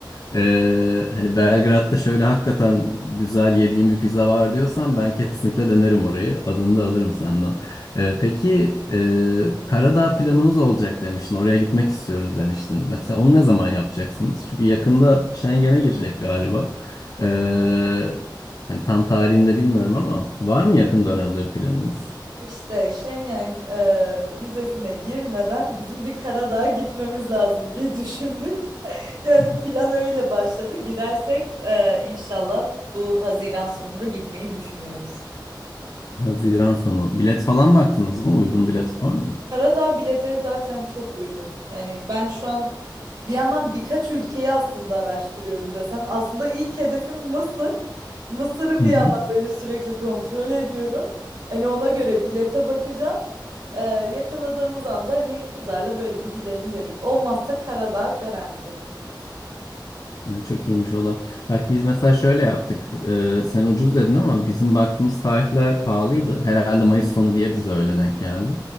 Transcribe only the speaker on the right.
İşte Schengen e, vizesine girmeden bizim bir Karadağ'a gitmemiz lazım diye düşündük. Yani
plan öyle başladı. Gidersek e, inşallah bu Haziran sonunda gitmeyi düşünüyoruz.
Karadağ biletleri zaten çok uygun. Yani ben şu an bir yandan birkaç ülkeyi aslında araştırıyorum desem. Aslında ilk hedefim Mısır. Mısır'ı
bir
yandan böyle sürekli kontrol ediyorum. Hani ona göre bilete bakacağım. E, yakaladığımız anda hani kızlarla böyle bir gidelim dedik. Olmazsa Karadağ garanti.